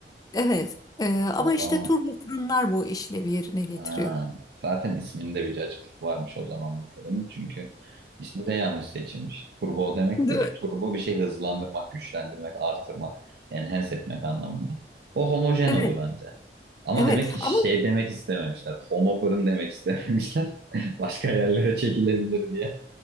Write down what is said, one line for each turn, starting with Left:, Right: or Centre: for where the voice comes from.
Left: Evet. e, ama
Right: O
Left: işte
Right: zaman
Left: turbo fırınlar bu işlevi yerine getiriyor.
Right: ha, zaten isminde bir cacıklık varmış o zaman bu fırının. Çünkü ismi de yanlış seçilmiş. Turbo o demek
Left: Değil
Right: değil
Left: mi?
Right: ki. Turbo bir şey hızlandırmak, güçlendirmek, artırmak, enhance etmek anlamında. O homojen
Left: Evet,
Right: olur anca. Ama
Left: evet.
Right: demek ki şey
Left: Ama
Right: demek istememişler. Homo fırın demek istememişler. <laughs> Başka yerlere çekilebilir diye.